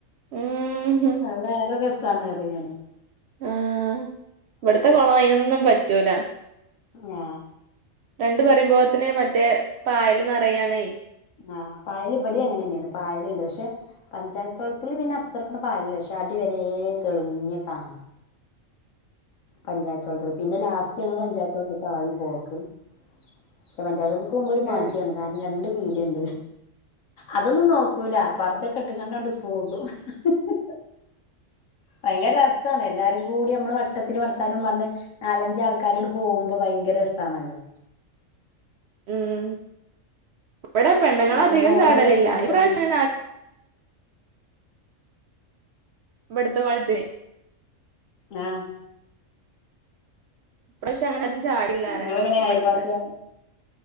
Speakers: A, on the right; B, on the left.
A: ഉം
B: പി വേറെ രസ സാന പറയണേ
A: ആഹ ഇവിടത്തെ കുളം അതിനനൊന്നും പറ്റൂല
B: ആ
A: രണ്ട പറയുമ്പോത്തിന് മറ്റേ പായല് നിറയാണേ
B: ആ് പായൽ ഇവിടെ അങ്ങനെ തന്നെയാണ് പായലുണ്ട് പക്ഷെ? പഞ്ചായത്ത്‌ വെള്ളത്തിൽ പിന്നെ അത്ര കൂടെ പായൽ ഇല്ല പക്ഷെ അടിവരെ തെളിഞ്ഞ കാണാം പഞ്ചായത്തു വെള്ളത്തിൽ പിന്നെ ലാ ഞങ്ങള് പഞ്ചായത്തോട്ട് ആയി പോക്ക് പക്ഷെ പഞ്ചായത്ത് മ്പോ ഒരു മടിയാണ്
A: ഉം
B: കാരണം രണ്ട്- ടെണ്ട് അതൊന്നും നോ നോക്കൂല പർദ്ദ കിട്ടേണ്ട അങ്ങോട്ടങ്ങ് പോകും ഹിഹി ഭയങ്കര രസമാണ് എല്ലാരും കൂടി നമ്മള് വട്ടത്തി വർ വർത്താനം പറഞ്ഞ നാലഞ്ച ആൾക്കാരോട് പോകുമ്പോ ഭയങ്കര രസാണല്ലോ
A: ഉം ഇവിടെ പെണ്ണുങ്ങളൾ
B: അത്
A: അധികം
B: വേറൊരു
A: ചാടലില്ല
B: രസാണ്
A: ഈ
B: പറഞ്ഞാല്
A: പ്രാവശ്യ ഇടുത്ത <inaudible>
B: ആഹ
A: ഇപ്രാവശ്യം അങ്ങനെ- ചാടില്ലാറ
B: നിങ്ങളെങ്ങനെ
A: ഇവിടുത്തെ
B: അയൽവാസിയാ